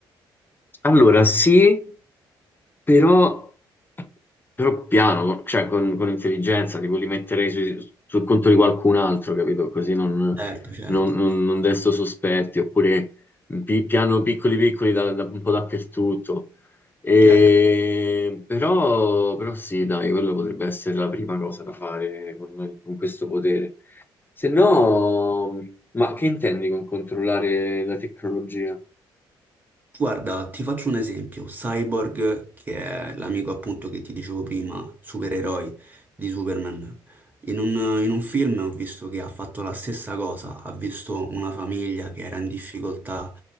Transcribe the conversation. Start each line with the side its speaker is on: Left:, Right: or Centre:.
Left: Allora, sì, però, però piano, cioè con, con intelligenza, tipo li metterei sui- sul conto di qualcun altro, capito? Così non,
Right: Certo, certo,
Left: non, non- non desto sospetti, oppure pi- piano piccoli piccoli da- da- un po' dappertutto. E,
Right: certo.
Left: però, però sì, dai, quello potrebbe essere la prima cosa da fare con, con questo potere. Se no, ma che intendi con controllare la tecnologia?
Right: Guarda, ti faccio un esempio. Cyborg, che è l'amico appunto che ti dicevo prima, supereroi di Superman. In un, in un film ho visto che ha fatto la stessa cosa, ha visto una famiglia che era in difficoltà